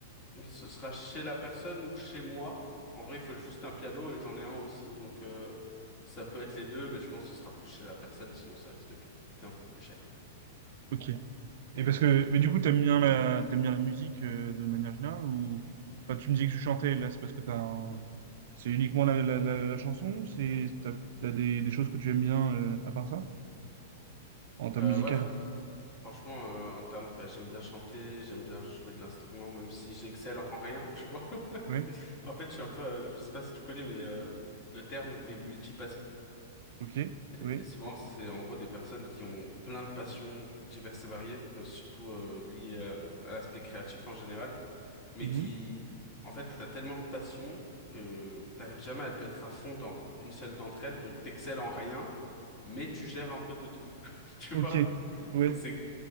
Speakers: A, on the left; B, on the right.
A: <laughs> Ce sera chez la personne ou chez moi. En vrai, il faut juste un piano et j'en ai un aussi, donc euh, ça peut être les deux, mais je pense que ce sera plus chez la personne, sinon ça risque de coûter un peu plus cher.
B: Ok. Et parce que mais du coup t'aimes bien la t'aimes bien la musique euh, de manière générale ou enfin tu me disais que tu chantais là c'est parce que t'as un... c'est uniquement la, la, la, la chanson ou c'est t'as, t'as des, des choses que tu aimes bien euh, à part ça en termes
A: Euh,
B: musicaux?
A: ouais, faut- pff, franchement, euh, en termes, de- bah, j'aime bien chanter, j'aime bien jouer de l'instrument, même si j'excelle en rien, tu vois. <laughs>
B: Ouais.
A: En fait, je suis un peu, euh, je sais pas si tu connais, mais euh, le terme, mais multi
B: Ok. Oui.
A: Et souvent, c'est en gros des personnes qui ont plein de passions diverses et variées, euh, surtout euh, liées euh, à, l'aspect créatif en général, mais
B: Mhm.
A: qui, en fait, t'as tellement de passions que t'arrives jamais à te mettre à fond dans une seule d'entre elles, donc t'excelles en rien, mais tu gères un peu de tout, <laughs> tu
B: Ok,
A: vois?
B: ouais,
A: Donc c'est